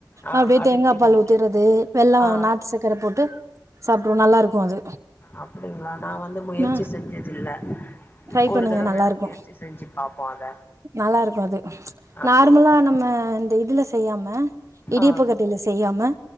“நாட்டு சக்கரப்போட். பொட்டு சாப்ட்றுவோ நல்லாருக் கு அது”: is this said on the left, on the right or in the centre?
Right